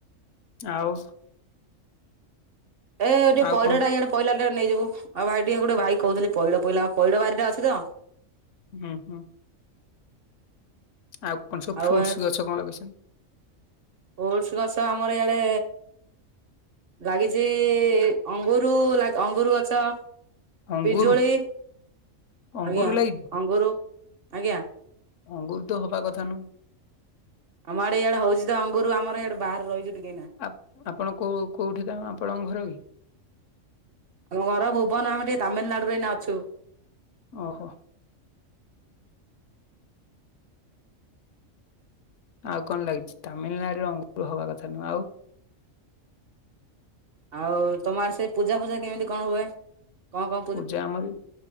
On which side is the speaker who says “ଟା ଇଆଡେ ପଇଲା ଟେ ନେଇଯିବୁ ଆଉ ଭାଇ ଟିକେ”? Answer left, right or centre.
Right